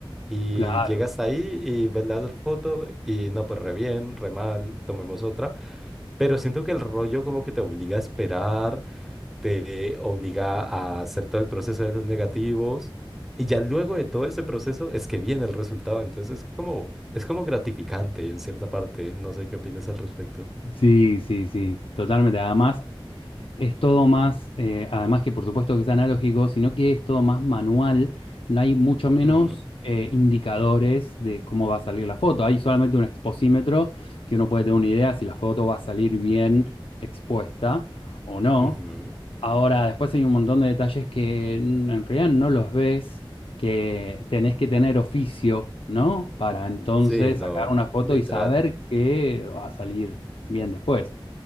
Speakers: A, in the centre; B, on the left.
A: Y
B: Claro.
A: llegas ahí y ves la foto y no, pues re bien, re mal, tomemos otra. Pero siento que el rollo como que te obliga a esperar te obliga a hacer todo el proceso de los negativos y ya luego de todo ese proceso es que viene el resultado, entonces es como, es como gratificante en cierta parte, no sé qué opinas al respecto.
B: Sí, sí, sí, totalmente. Además, Es todo más, eh, además que por supuesto que es analógico, sino que es todo más manual, no hay mucho menos
A: Ujú,
B: eh, indicadores de cómo va a salir la foto, hay solamente un exposímetro que uno puede tener una idea si la foto va a salir bien expuesta o no.
A: ujú.
B: Ahora, después hay un montón de detalles que en en realidad no los ves, que tenés que tener oficio, ¿no? Para entonces
A: Sí, no,
B: sacar una foto
A: literal.
B: y saber que va a salir bien después.